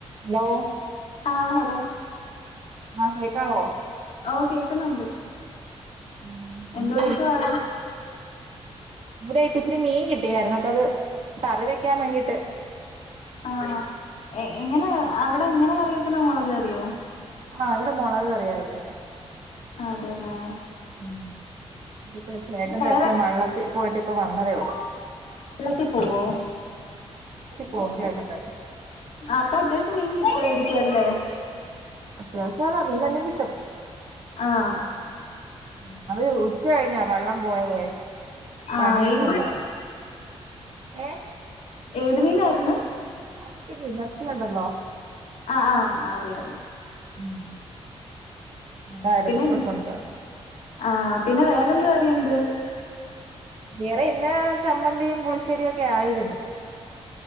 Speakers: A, on the right (about 65°); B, on the left (about 90°).
A: ഹലോ
B: ആഹ് ഹലോ
A: ആ കേക്കാവോ?
B: ഓഹ് കേക്കുന്നൊണ്ട്.
A: ഉം എന്ത്
B: എന്തോടുക്കുവാ
A: ഇവിടെയിപ്പ ഇച്ചിരി മീൻ കിട്ടിയായിരുന്നു അപ്പം അത് കറി വെക്കാൻ വേണ്ടീട്ട്
B: ആഹ് എഹ് എങ്ങനെ അവിടെങ്ങനെ കറി വെയ്ക്കുന്ന മുളക് കറിയോ
A: ആഹ് ഇവിടെ മുളകുകറിയാ വെയ്ക്കുന്നെ
B: ആഹ് അതെല്ലേ
A: ഉം ഇതിപ്പോ ചേട്ടന്റെ
B: വേറെ
A: അച്ഛൻ വള്ളത്തി പോയിട്ട് ഇപ്പ വന്നതേ ഉള്ളൂ
B: വീട്ടീ പോവോ
A: പോം ചേട്ടന്റച്ഛൻ
B: ആഹ് അപ്പത്യാവശ്യം മീൻ കിട്ടുവായിരിക്കുവല്ലേ
A: മോശല്ല മീനെല്ലാം കിട്ടും
B: ആഹ്
A: ഞങ്ങള് ഉച്ച കഴിഞ്ഞാ വെള്ളം പോയതേ പണിയൊക്കെ
B: ആഹ് ഏത്
A: ഉണ്ടതാനും ഏഹ്
B: ഏത് മീനായിരുന്നു?
A: മത്തി മീൻ മത്തി ഉണ്ടല്ലോ
B: അഹ് ആഹ് അറിയാം അറിയാം
A: ഉം അതായിരുന്നട്ടു
B: പിന്നെ
A: കൊണ്ട്
B: ആഹ് പിന്നെ വേറെന്ത് കറിയുണ്ട്
A: വറെ ഇന്ന ചമ്മന്തിയും പുളിശ്ശേ ശരിയൊക്കെ ആയിരുന്നു